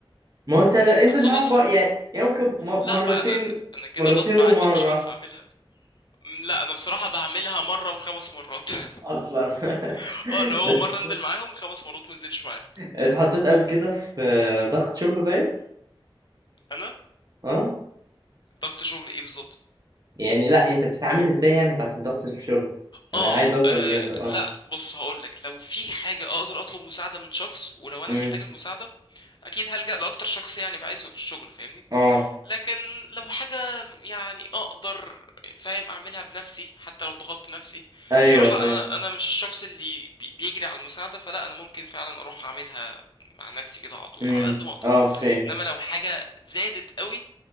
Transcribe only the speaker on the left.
فخلاص
لا
بقى انا انا أنا كده
غصب عني
مش هعرف اعملها لا انا بصراحه بعملها مره وخمس مرات <laughs>
<applause> اه اللي هو
مره انزل معاهم خمس مرات ما انزلش معاهم
انا
ضغط شغل ايه بالظبط
آه,
اه
لا بص هقولك لو في حاجه اقدر اطلب مساعده من شخص ولو انا
محتاج المساعده اكيد هلجأ لاكتر شخص يعني بعايزه في الشغل فاهمني
لكن لو حاجة يعني اقدر فاهم اعملها بنفسي حتى لو ضغطت نفسي
بصراحة
انا انا مش الشخص اللي بي- بيجري على المساعدة فلا انا ممكن فعلا اروح اعملها مع نفسي كده على طول
على قد ما اقدر
انما لو حاجة زادت قوي